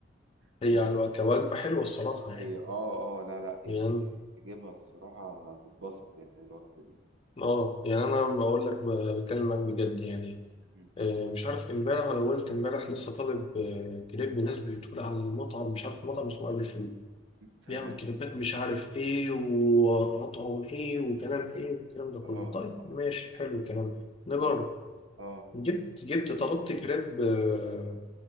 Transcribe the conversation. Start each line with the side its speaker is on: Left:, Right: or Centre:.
Right: زاد
Left: هي على كوجبه حلوه الصراحه يعني
Right: اي اه اه لا لا يعني
Left: يعني
Right: تجيبها الصراحة تتبسط يعني الوجبة دي
Left: اه يعني انا بقول لك ب- بتكلم معاك بجد يعني
Right: مم.
Left: آه، مش عارف امبارح ولا قلت امبارح لسه طالب آه، كريب من ناس بتقول على المطعم مش عارف مطعم اسمه ابي فول
Right: تمام
Left: بيعمل كريبات مش عارف ايه وأطعم ايه وكلام ايه والكلام ده
Right: اه
Left: كله طيب
Right: اه
Left: ماشي حلو الكلام نجرب
Right: اه اه
Left: جبت جبت طلبت كريب آه،